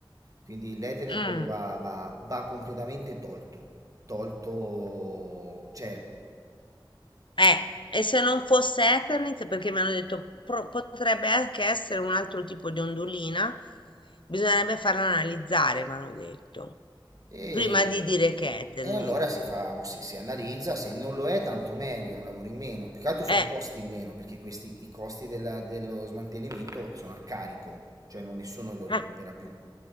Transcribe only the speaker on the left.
mm,
Eh, e se non fosse Eternit, perché mi hanno detto pro- potrebbe anche essere un altro tipo di ondulina, bisognerebbe farla analizzare, mi hanno detto,
prima di dire che è Eternit.
Eh,
eh,